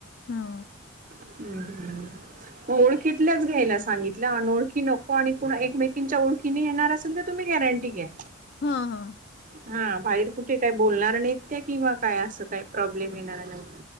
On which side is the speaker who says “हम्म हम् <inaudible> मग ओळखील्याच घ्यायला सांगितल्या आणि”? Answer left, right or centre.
Right